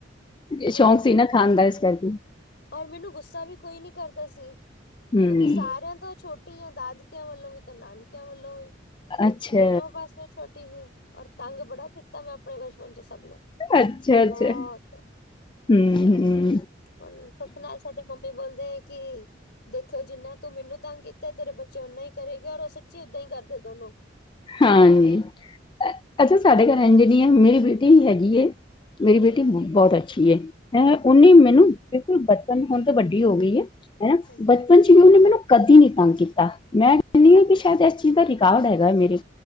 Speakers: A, on the left; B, on the left.
A: ਸ਼ੌਕ
B: ਮੈਂ
A: ਸੀ ਨਾ ਖਾਨ ਦਾ, ਇਸ ਕਾਰਕੇ।
B: ਔਰ ਮੈਨੂੰ ਗੁੱਸਾ ਵੀ ਕੋਈ ਨੀ ਕਰਦਾ ਸੀ,
A: ਹੂੰ
B: ਕਿਉਂਕਿ ਸਾਰੇਆਂ ਤੋਂ ਛੋਟੀ ਦਾਦਕੇਆਂ ਵੱਲੋਂ ਵੀ, ਤੇ ਨਾਨਕੇਆਂ ਵੱਲੋਂ ਵੀ।
A: ਅੱਛਾ
B: ਦੋਨੋ ਪਾਸਿਓਂ ਛੋਟੀ ਸੀ, ਔਰ ਤਾੰਗ ਬੜਾ ਕੀਤਾ ਮੈਂ ਆਪਣੇ ਬੱਚਪਨ ਚ ਸਬ ਨੂੰ।
A: ਅੱਛਾ-ਅੱਛਾ,
B: ਬਹੁਤ
A: ਹੂੰ, ਹੂੰ।
B: ਹੁਨ ਸੁੱਖ ਨਾਲ ਸਾਡੇ ਮੰਮੀ ਬੋਲਦੇ ਕਿ ਦੇਖੇਓ ਜਿੰਨਾ ਤੂੰ ਮੈਨੂੰ ਤਾੰਗ ਕੀਤਾ, ਤੇਰੇ ਬੱਚੇ ਓਨਾ ਈ ਕਰੇਗਾ ਔਰ ਸੱਚੀ ਓਦਾਂ ਈ ਕਰਦੇ ਦੋਨੋ।
A: ਹਾਂਜੀ, ਅ ਅੱਛਾ ਸਾਡੇ ਘਾਰ ਏਂਜ ਨੀ ਐ, ਹੁਨ ਮੇਰੀ ਬੇਟੀ ਵੀ ਹੈਗੀ ਏ ਮੇਰੀ ਬੇਟੀ ਬੋਤ ਅੱਛੀ ਏ। ਹੈਂ ਓਨੇ ਮੈਨੂੰ ਬਿਲਕੁਲ ਬੱਚਪਨ, ਹੁਨ ਤੇ ਵੱਡੀ ਹੋ ਗਈ ਏ, ਹਨਾ
B: ਹਾਂਜੀ
A: ਬੱਚਪਨ ਚ ਉਹਨੇ ਮੈਨੂੰ ਕਦੀ ਨੀ ਤੰਗ ਕੀਤਾ ਮੈਂ ਕਹਿੰਨੀ ਕੀ ਸ਼ਾਇਦ ਇਸ ਚੀਜ਼ ਦਾ ਰਿਕਾਰਡ ਹੈਗਾ ਮੇਰੇ